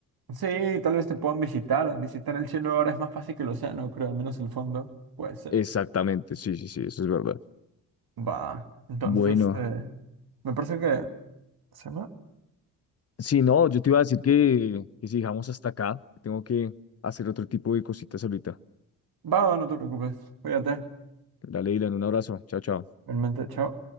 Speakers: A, on the right; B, on the left.
A: Sí, tal vez te puedan visitar. Visitar el cielo ahora es más fácil que el océano, creo, al menos el fondo. Puede ser.
B: Exactamente, sí, sí, sí, eso es verdad.
A: Va. Entonces,
B: Bueno,
A: este. Me parece que. ¿Se llama?
B: sí, no, yo te iba a decir que, que si dejamos hasta acá, tengo que hacer otro tipo de cositas ahorita.
A: Va, no te preocupes. Cuídate.
B: Dale, Dylan, un abrazo, chao, chao.
A: Realmente, chao.